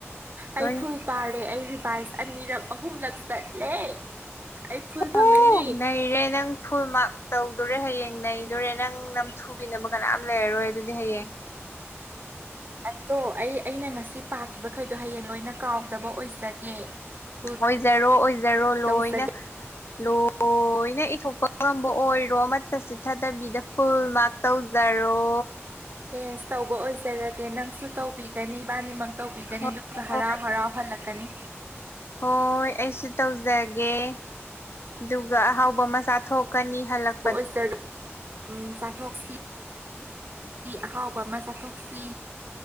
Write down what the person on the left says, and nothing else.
ꯂꯣꯏ
ꯑꯣ ꯅꯩꯔꯦ ꯅꯪ ꯐꯨꯜ ꯃꯥꯛ ꯇꯧꯗꯣꯔꯦ ꯍꯌꯦꯡ ꯅꯩꯗꯣꯔꯦ ꯅꯪ ꯅꯝ ꯊꯨꯕꯤꯅꯕ ꯀꯅꯥꯝ ꯂꯩꯔꯔꯣꯏ ꯑꯗꯨꯗꯤ ꯍꯌꯦꯡ꯫
ꯑꯣꯏꯖꯔꯣ ꯑꯣꯏꯖꯔꯣ ꯂꯣꯏꯅ꯫
ꯂꯣꯏꯅ ꯏꯊꯣꯛꯄ ꯉꯝꯕ ꯑꯣꯏꯔꯣ ꯑꯃꯠꯇ ꯆꯤꯊꯗꯕꯤꯗ ꯐꯨꯜ ꯃꯥꯔꯛ ꯇꯧꯖꯔꯣ
ꯍꯣꯏ
ꯍꯣꯏ ꯑꯩꯁꯨ ꯇꯧꯖꯒꯦ ꯑꯗꯨꯒ ꯑꯍꯥꯎꯕ ꯃꯆꯥ ꯊꯣꯛꯀꯅꯤ ꯍꯜꯂꯛ